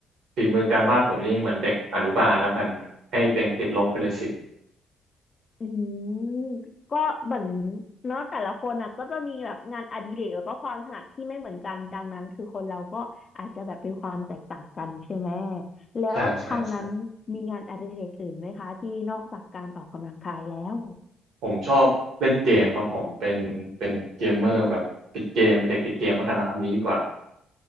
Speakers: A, on the right (about 80°); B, on the left (about 40°).
A: ฝีมือการวาดผมนี่เหมือนเด็กอนุบาลแล้วกันให้เต็งติดลบไปเลยสิบ
B: อืมก็เหมือนเนาะแต่ละคนอ่ะก็จะมีแบบงานอดิเรกแล้วก็ความถนัดที่ไม่เหมือนกันดังนั้นคือคนเราก็อาจจะแบบเป็นความแตกต่างกันใช่ไหมแล้วทางนั้นมีงานอดิเรกอื่นไหมคะที่นอกจากการออกกำลังกายแล้ว
A: ใช่ใช่ใช่ ผมชอบเล่นเกมครับผมเป็นเป็นเกมเมอร์แบบติดเกมเป็นเด็กติดเกมแล้วกันนะคำนี้ดีกว่า